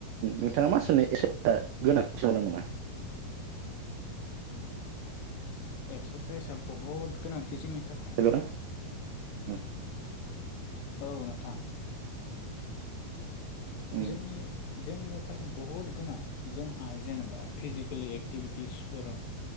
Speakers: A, on the right; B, on the left.
A: नोंथाङा मा सानो एसे गोनांथि नगौना नङा?
B: एक्सारसाइसआ बहुद गोनांथि जोंनि थाखाय
A: हेलौ उम
B: <unintelligible> औ नोंथां।
A: उम
B: जोंनि जोंनो थाखाय बहुद गोनां जोंहा जेनेबा फिजिकेेल एक्टिभिटिसफोर